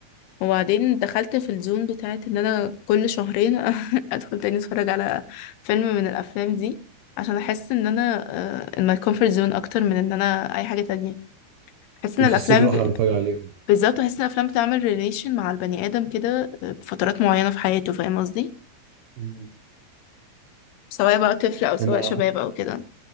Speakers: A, on the left (about 85°); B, on the right (about 75°).
A: وبعدين دخلت في الزون بتاعت ان انا كل شهرين <laughs> ادخل تاني اتفرج على فيلم من الافلام دي عشان احس ان انا ان my comfort zone اكتر من ان انا اي حاجة تانية احس ان
B: بتحس
A: الافلام
B: بالراحة
A: ب...
B: لما بتفرج عليهم
A: بالذات احس ان الافلام بتعمل ريليشن مع البني ادم كده آه، بفترات معينة في حياته فاهم قصدي
B: مم.
A: سواء بقى طفل او سواء
B: انا
A: شباب او كده